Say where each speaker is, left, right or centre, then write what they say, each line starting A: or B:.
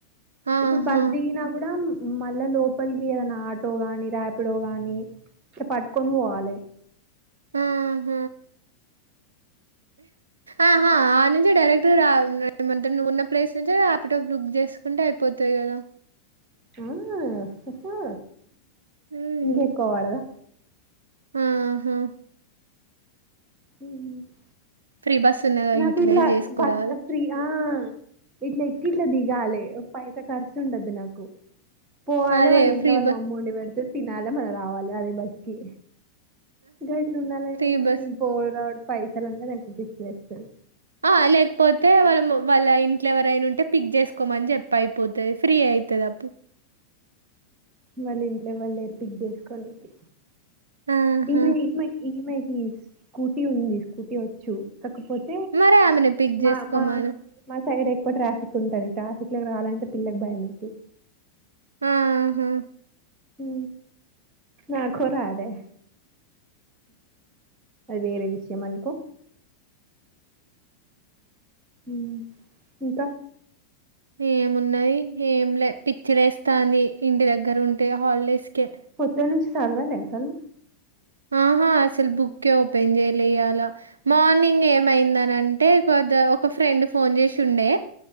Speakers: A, on the right; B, on the right.
A: ఆహా!
B: ఇప్పుడు బస్ దిగినా కూడా మళ్ళా లోపలికి ఏదైనా ఆటో గాని ర్యాపిడో గాని ఇ పట్టుకొని పొవాలె
A: ఆహ ఆహా ఆ నుంచి డైరెక్ట్వు న నువ్వున్నట్టు ప్లేస్ నుంచే ర్యాపిటా ప్ బుక్ చేసుకుంటే అయిపోతది కదా
B: ఆ అహా
A: హ్మ్.
B: ఇంకెక్కవ పడదా
A: ఆహా
B: మ్
A: ఫ్రీ బస్ ఉన్నగా
B: నాకు
A: యూటిలైజ్
B: ఇట్లా
A: చేసుకోరాదు.
B: బస్ ఫ్రీ ఆ ఇట్లా ఎక్కి ఇట్లా దిగాలె పైస ఖర్సు ఉండద్దు నాకు పోవాలి
A: అదే
B: వాళ్ళ ఇంట్లో
A: ఫ్రీ
B: వాళ్ళ
A: బస్
B: మమ్ వండి పెడితే తిన్నాలె మళ్ళా రావాలి అదే బస్కీ గట్లు ఉండాల
A: ఫ్రీ
B: కానీ
A: బస్
B: బోర్ రావుడ్ పైసలు అంటే నాకు పిచ్చిలెస్తది
A: ఆ లేకపోతే వాళ్ళ మ వాళ్ళ ఇంట్ల ఎవరైనా ఉంటే పిక్ చేసుకోమని చెప్ప అయిపోతది ఫ్రీ అయితది అప్పు
B: వాళ్ళ ఇంట్లో ఎవలు లేరు పిక్ జేసుకోనికి
A: ఆహా
B: ఈమే ఈమై ఈమెకి స్కూటీ ఉంది. స్కూటీ ఒచ్చు కాకపోతే
A: మరి ఆమెనె పిక్
B: మా
A: జేసుకోమను.
B: మా మా సైడ్ ఎక్కువ ట్రాఫిక్ ఉంటది. ట్రాఫిక్ లోకి రావాలంటే పిల్లకి భయమైతది
A: ఆహా
B: ఊ నాకో రాదయె అది ఏరె విషయమనుకో ఊ ఇంకా
A: ఏమున్నది? ఏం లే, పిచ్చి లేస్తాంది. ఇంటి దగ్గర ఉంటే హాల్ డేస్ కే.
B: పొద్దన్నుంచి సదువలే అసలు?
A: ఆహా, అసలు బుక్కే ఓపెన్ జెయ్యలే ఇయ్యాలా. మార్నింగ్ ఏమైందని అంటే కొద్దా ఒక ఫ్రెండ్ ఫోన్ జేసి ఉండే.